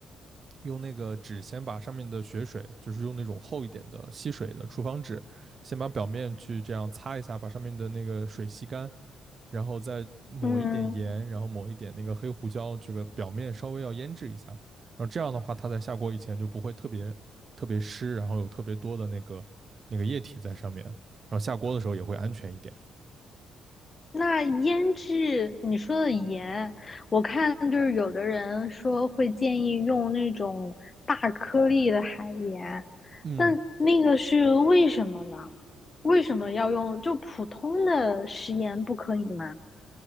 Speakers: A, on the right (about 45°); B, on the left (about 30°).
A: 用那个纸先把上面的血水，就是用那种厚一点的吸水的厨房纸，先把表面去这样擦一下，把上面的那个水吸干，然后再抹一点盐，
B: 嗯，
A: 然后抹一点那个黑胡椒，这个表面稍微要腌制一下，然后这样的话，它在下锅以前就不会特别特别湿，然后有特别多的那个那个液体在上面，然后下锅的时候也会安全一点。
B: 那腌制你说的盐，我看就是有的人说会建议用那种大颗粒的海盐，
A: 嗯。
B: 但那个是为什么呢？为什么要用就普通的食盐不可以吗？